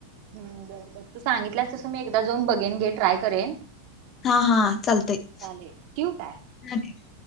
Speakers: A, on the right (about 50°); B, on the left (about 25°).
A: हम बरं बर तू सांगितल्यास तसं मी एकदा जाऊन बघेन घे. ट्राय करेन.
B: हा हा चालतंय
A: चाले ठेऊ काय?
B: <unintelligible>